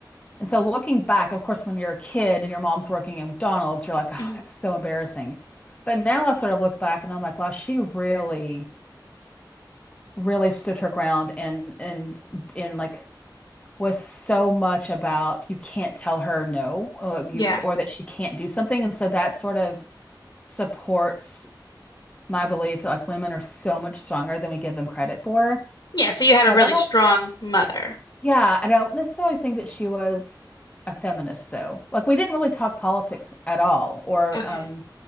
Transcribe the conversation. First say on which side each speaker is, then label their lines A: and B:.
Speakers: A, on the left; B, on the left.
A: And so looking back, of course, when you're a kid and your mom's working at McDonald's, you're like, oh,
B: hmm
A: that's so embarrassing. But now I sort of look back and I'm like, wow, she really, really stood her ground and and in like was so much about you can't tell her no, or like,
B: Yeah.
A: you or that she can't do something. And so that sort of supports my belief that like women are so much stronger than we give them credit for.
B: Yeah, so you had
A: But
B: a really
A: I don't,
B: strong mother.
A: yeah, I don't necessarily think that she was a feminist though. Like we didn't really talk politics at all or
B: Okay.
A: um